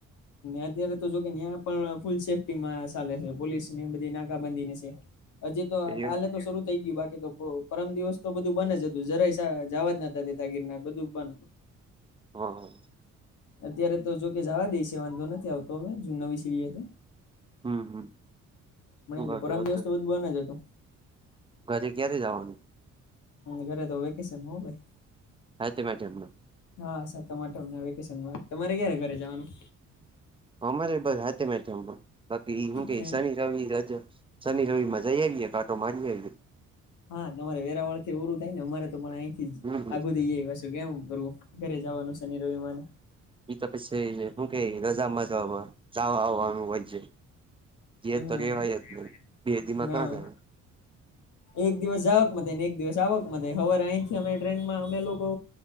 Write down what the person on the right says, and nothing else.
એવું
હ.
હમ હમ
હું બાકી
આવતું
ઘરે ક્યારે જવાનું
<unintelligible>
અમારે બસ હાથમ આઠમમા બાકી હું કે
શનિ રવિ રજા શનિ રવિમા જઈ આવીએ એક આંટો મારી આઈએ.
હમ
એ તો પછી હું કઈ રજા મજા જવા આવવાનું હોય છે. ઘેર
તો રેવાય જ નહીં બે દીમાં
કાં જાવ.